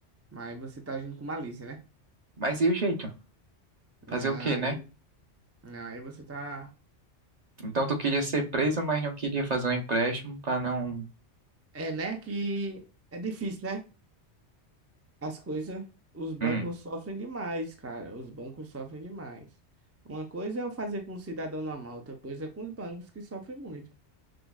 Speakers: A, on the right; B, on the right.
A: Mas você tá agindo com malícia, né?
B: Mas e o jeito?
A: Não,
B: Fazer o quê,
A: aí,
B: né?
A: não, aí você tá.
B: Então tu queria ser preso, mas não queria fazer um empréstimo pra não.
A: É, né? Que é difícil, né? As coisas. Os bancos
B: Hum,
A: sofrem demais, cara. Os bancos sofrem demais. Uma coisa é eu fazer com um cidadão normal, outra coisa é com os bancos que sofrem muito.